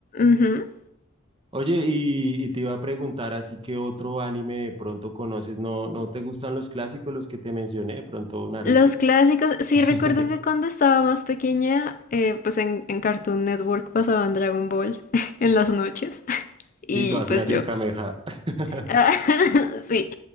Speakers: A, on the left; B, on the right.
A: Ujú.
B: Oye, y, y te iba a preguntar, así que otro anime de pronto conoces, ¿no, no te gustan los clásicos, los que te mencioné, de pronto Naruto?
A: Los clásicos, sí
B: <laughs>
A: recuerdo que cuando estaba más pequeña, eh, pues en, en Cartoon Network pasaban Dragon Ball <laughs> en las noches. <laughs>
B: Y
A: Y
B: tú hacías
A: pues yo.
B: el Kameha. <laughs>
A: Ah, <laughs> sí.